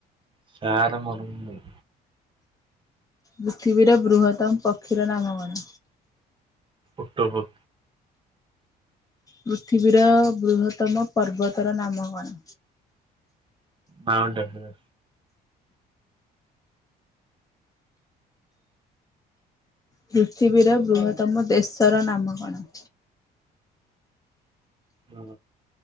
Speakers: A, on the right (about 30°); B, on the left (about 20°).
A: ସାହାରା ମରୁଭୁମି।
B: ପୃଥିବୀର ବୃହତ୍ତମ ପକ୍ଷୀର ନାମ କଣ?
A: ଓଟ ପକ୍ଷୀ।
B: ପୃଥିବୀର ବୃହତ୍ତମ ପର୍ବତର ନାମ କଣ?
A: ମାଉଁଟେନ୍ ଏଭ
B: ପୃଥିବୀର ବୃହତ୍ତମ ଦେଶର ନାମ କଣ?
A: ହ।